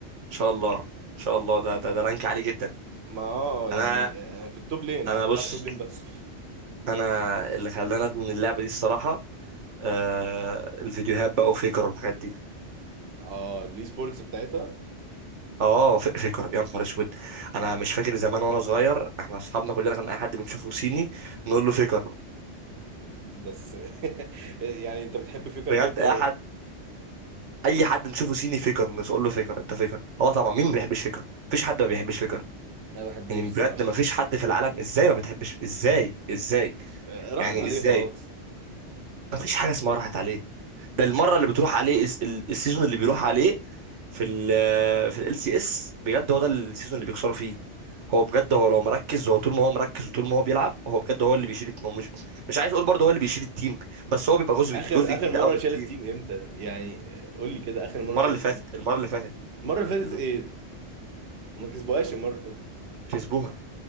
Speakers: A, on the right (about 80°); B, on the right (about 65°).
A: شاء الله ان شاء الله ده ده, ده رانك عالي جدا
B: ما اه يعني
A: انا
B: آه، في التوب لين
A: انا
B: قعدت
A: بص
B: العب توب لين بس <laughs>
A: انا اللي خلاني ادمن اللعبه دي الصراحه آه الفيديوهات بقى وفيكر والحاجات دي
B: اه الاي سبورتس بتاعتها
A: اه ف- فيكر يا نهار اسود انا مش فاكر زمان وانا صغير احنا اصحابنا كلنا كان اي حد بنشوفه صيني نقول له فيكر
B: بس <laughs> يعني انت بتحب فكر
A: بجد
B: جدا
A: اي
B: و...
A: حد اي حد نشوفه صيني فيكر نقول له فيكر انت فيكر اه طبعا مين ما بيحبش فيكر مفيش حد ما بيحبش فيكر
B: انا ما بحبوش
A: يعني
B: الصراحه
A: بجد ما فيش حد في العالم ازاي ما بتحبش ازاي ازاي
B: آه، راحت
A: يعني
B: عليه
A: ازاي
B: خلاص
A: ما فيش حاجه اسمها راحت عليه ده المره اللي بتروح عليه الس- ال- السيزون اللي بيروح عليه في ال آه، في ال سي اس بجد هو ده السيزون اللي بيكسروا فيه هو بجد هو لو مركز هو طول ما هو مركز وطول ما هو بيلعب هو بجد هو اللي بيشيل الت- هو مش مش عايز اقول برضه هو اللي بيشيل التيم بس هو بيبقى جزء
B: اخر
A: جزء كبير
B: اخر مره
A: قوي من
B: شالت
A: التيم
B: تيم امتى يعني آه، قول لي كده اخر
A: المره
B: مره شالت
A: اللي فاتت
B: تيم
A: المره اللي فاتت
B: المره اللي فاتت
A: اللي
B: ايه ما كسبوهاش المره اللي فاتت
A: كسبوها